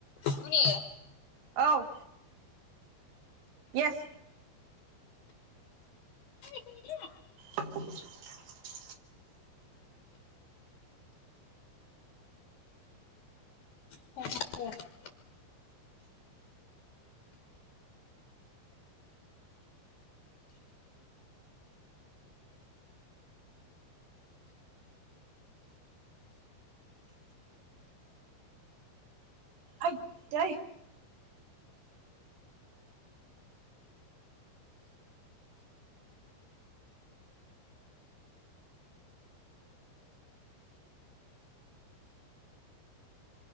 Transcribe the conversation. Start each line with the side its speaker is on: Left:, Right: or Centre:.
Left: गुने
Right: औ इयेस
Left: <inaudible>
Right: <inaudible>
Left: <unintelligible>
Right: ओइ दै